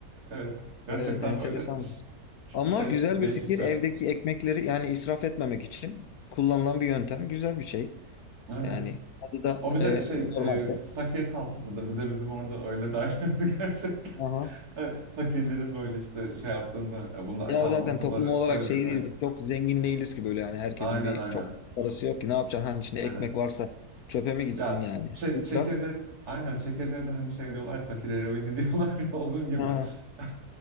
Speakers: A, on the right (about 60°); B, on the left (about 70°).
A: Evet. Gerçekten
B: Evet, enteresanmış.
A: böyle ş-
B: Ama
A: şey
B: güzel
A: değişikti.
B: bir fikir. Evdeki ekmekleri yani israf etmemek için kullanılan bir yöntem. Güzel bir şey.
A: Evet.
B: Yani adı da
A: O bir de
B: e,
A: şey
B: normalse.
A: e, fakir tatlısıdır. Bir de bizim orada öyle derlerdi <laughs> gerçekten.
B: Aha.
A: Evet, Fakirlerin böyle işte şey yaptığında ya bunu da aşağılamak
B: Ya zaten
A: olarak
B: toplum olarak
A: söylemiyorum.
B: şey
A: Evet.
B: değil ki, çok zengin değiliz ki böyle yani herkesin
A: Aynen
B: bir
A: aynen.
B: çok parası yok ki ne yapacaksın hani içinde
A: Aynen.
B: ekmek varsa çöpe mi gitsin
A: Ya
B: yani
A: çe
B: israf.
A: çekirde aynen çekirdeğe de hani şey diyorlar fakir eroini <laughs> diyorlar ya onun gibi.
B: Ha,
A: <laughs>